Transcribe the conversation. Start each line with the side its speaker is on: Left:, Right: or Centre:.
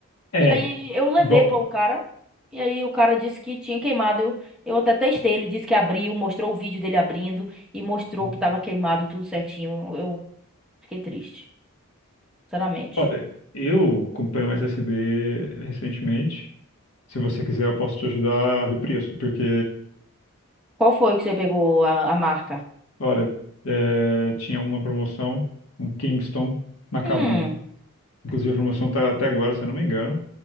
Left: É.
Centre: E aí eu levei
Left: Bom,
Centre: para o cara. E aí o cara disse que tinha queimado. Eu, eu até testei, ele disse que abriu, mostrou o vídeo dele abrindo e mostrou
Left: <laughs>
Centre: que tava queimado tudo certinho. Fiquei triste, sinceramente.
Left: olha, eu comprei um SSD recentemente. Se você quiser, eu posso te ajudar a ver preço, porque
Centre: Qual foi que você pegou a, a marca?
Left: Olha, é, tinha um na promoção, um Kingston Macabum.
Centre: Hum,
Left: Inclusive a promoção tá até agora, se eu não me engano,